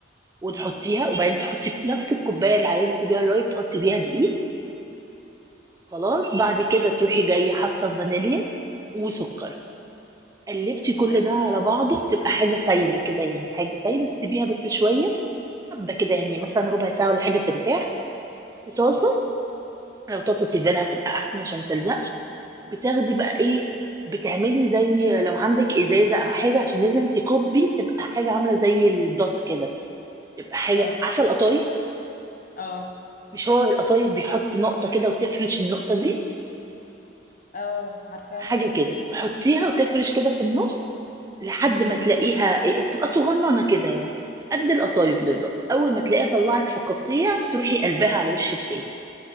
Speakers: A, on the right (about 20°); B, on the left (about 45°).
A: وتحطيها
B: تمام
A: وبعدين تحطي نفس الكوباية اللي عينتي بيها الرايب تحطي بيها دقيق خلاص بعد كده تروحي جاية حاطة فانيليا وسكر قلبتي
B: حلو
A: كل
B: قوي
A: ده على بعضه بتبقى حاجة سايلة كده يعني حاجة سايلة تسيبيها بس شوية حبة كده يعني مثلا ربع ساعة ولا حاجة ترتاح في طاسة لو طاسه تيفال هتبقى احسن عشان ما تلزقش بتاخدي بقى ايه بتعملي زي لو عندك ازازه او حاجه عشان لازم تكبي تبقى حاجه عامله زي الدوت كده تبقى حاجه
B: اه
A: عارفه القطايف
B: اه
A: مش هو القطايف بيحط نقطه كده وتفرش النقطه دي
B: اه عارفاها
A: حاجه
B: طبعا
A: كده تحطيها وتفرش كده في النص لحد
B: امم
A: ما تلاقيها إيه، تبقى صغننه كده يعني قد القطايف بالظبط اول ما تلاقيها طلعت فقاقيع تروحي قلبها على وش التاني